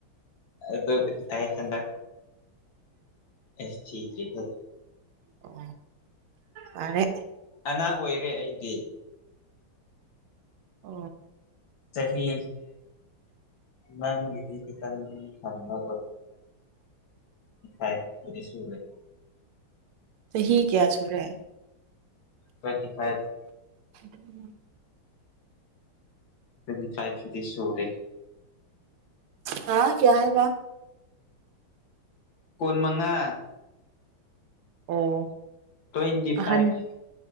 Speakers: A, on the left; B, on the right.
A: ꯑꯗꯨ ꯑꯈꯟꯗ ꯑꯁ ꯊꯦ
B: ꯑꯣ ꯃꯥꯔꯦ
A: ꯑꯉꯥꯡ ꯑꯣꯏꯔꯦ ꯑꯩꯗꯤ
B: ꯑ
A: ꯍꯦ ꯅꯪꯗꯤ ꯀꯪ ꯊ ꯑꯣꯏꯗ꯭ꯔꯦ ꯁꯂ
B: ꯆꯍꯤꯍꯤ ꯀꯌꯥ ꯁꯨꯔꯦ
A: ꯇ꯭ꯋꯦꯟꯇꯤ ꯐꯥꯏꯚ
B: ꯑꯗꯨ
A: ꯇ꯭ꯋꯦꯟꯇꯤ ꯐꯥꯏꯚꯗꯤ ꯁꯔꯤꯦ
B: ꯍꯥꯥ ꯀꯌꯥ ꯍꯥꯏ
A: ꯀꯣꯣꯟꯃꯉ
B: ꯑꯣ
A: ꯇ꯭ꯋꯦꯟꯇꯤ
B: ꯑꯍꯟ
A: ꯐꯥꯏꯚ